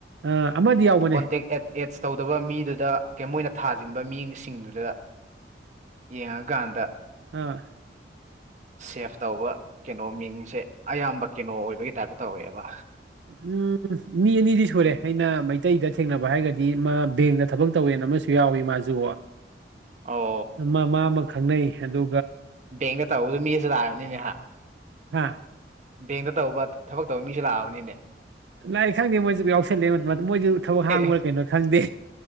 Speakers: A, on the right; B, on the right.
A: ꯑꯥ ꯑꯃꯗꯤ ꯌꯥꯎꯕꯅꯦ
B: ꯀꯣꯟꯇꯦꯛ ꯑꯦꯠꯁ ꯇꯧꯗꯕ ꯃꯤꯗꯨꯗ ꯀꯩꯣꯏꯅ ꯊꯥꯖ ꯕ ꯃꯤꯠꯡꯁꯤꯡꯗꯨꯅ ꯗ ꯌꯦꯡꯉꯀꯥꯟꯗ
A: ꯑꯥ
B: ꯁꯦꯐ ꯇꯧꯕ ꯀꯩꯅꯣ ꯃꯤꯡꯁꯦ ꯑꯌꯥꯝꯕ ꯀꯩꯅꯣ ꯑꯣꯏꯕꯒꯤ ꯇꯥꯏꯞꯇ ꯇꯧꯋꯦꯕ
A: ꯎꯝ ꯃꯤ ꯑꯅꯤꯗꯤ ꯁꯨꯔꯦ ꯑꯩꯅ ꯃꯩꯇꯩꯗ ꯊꯦꯡꯅꯕ ꯍꯥꯏꯔꯒꯗꯤ ꯃꯥ ꯕꯦꯡꯗ ꯊꯕꯛ ꯇꯧꯋꯦꯅ ꯑꯃꯁꯨ ꯌꯥꯎꯏꯤ ꯃꯥꯁꯨ
B: ꯑꯣ
A: ꯃ ꯃꯥ ꯑꯃ ꯈꯪꯅꯩ ꯁꯗꯣ
B: ꯕꯦꯡꯗ ꯇꯧꯕꯗꯣ ꯃꯤꯁꯨ ꯂꯥꯛꯑꯕꯅꯤꯅꯦꯍ
A: ꯍꯥꯥ
B: ꯕꯦꯡꯗ ꯇꯧꯕ ꯊꯕꯛ ꯇꯧꯕ ꯃꯤꯁꯨ ꯂꯥꯛꯑꯕꯅꯤꯅꯦ
A: ꯂꯥꯛꯑ ꯈꯪꯗꯦ ꯃꯣꯏꯁꯨ ꯌꯥꯎꯁꯜꯂꯛꯑꯦ ꯃꯇꯝ ꯃꯇꯝ ꯃꯣꯏꯁꯨ ꯊꯕꯛ ꯍꯥꯡꯕ꯭ꯔꯥ
B: ꯑꯦ
A: ꯀꯩꯅꯣ ꯈꯪꯗꯦ